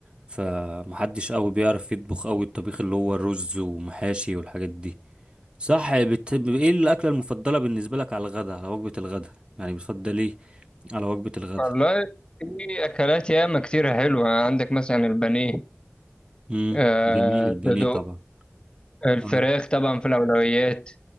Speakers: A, on the right; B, on the left.
A: فمحدش قوي بيعرف يطبخ قوي الطبيخ اللي هو الرز ومحاشي والحاجات دي صح بت... ايه الأكلة المفضلة بالنسبة لك على الغداء على وجبة الغداء يعني بتفضل ايه على وجبة الغداء
B: والله في اكلات ياما كتير حلوه عندك مثلا البانيه
A: امم
B: آه
A: جميل البانيه
B: صدوق
A: طبعا
B: الفراخ
A: آه.
B: طبعا في الاولويات